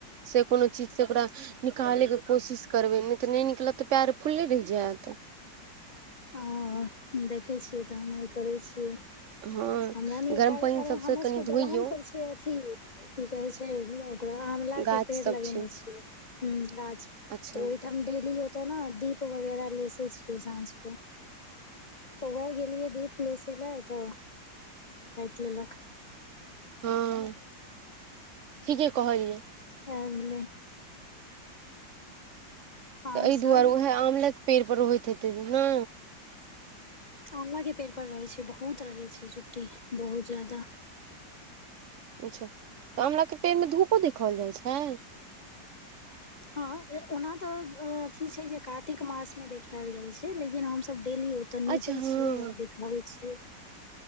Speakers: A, on the right (about 50°); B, on the left (about 70°).
A: से कोनो चिज से ओकरा निकालै के कोशिश करबै नै त नै निकलत पैर फुल्ले रहि जायत
B: ओ देखै छियै तऽ नहि करै छियै
A: हँ
B: हमरा नै
A: गरम
B: ओकाय
A: पानि
B: अरे
A: सबसँ
B: हमर
A: कनि
B: सबके
A: धोइयौ
B: दलान पर छै अथी की कहै छै ओकरा आमला
A: गाछ
B: के पेड़
A: सब
B: लगेने
A: छै
B: छियै ह्म गाछ तोरैऽ
A: अच्छा
B: ओहिठाम डेली ओत न दीप वगैरह लेसै छियै साँझ क पौआ गेलियै दीप लेस लए तऽ काइट लेलक
A: हँ ठीके कहलियै
B: सैह भैलय आओर
A: तऽ एहि दुआरे
B: सब
A: उहै आमले के पेड़ पर होता हेतै नै
B: आमला के पेड़ पर रहै छै बहुत रहै छै चुट्टी बहुत जादा
A: अच्छा तऽ आमलाके पेड़मे धूपो देखाओल जाइ छै
B: हँ ओना तऽ अथी छै जे कातिक मासमे देखायल जाइत छै लेकिन हमसब डेली ओतऽ नीपे
A: अच्छा हँ
B: छियै देखाबै छियै।